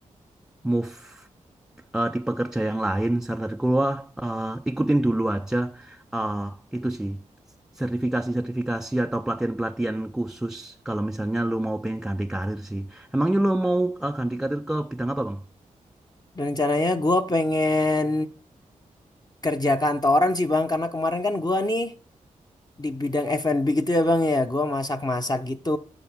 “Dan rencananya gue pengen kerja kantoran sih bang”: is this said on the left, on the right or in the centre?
Left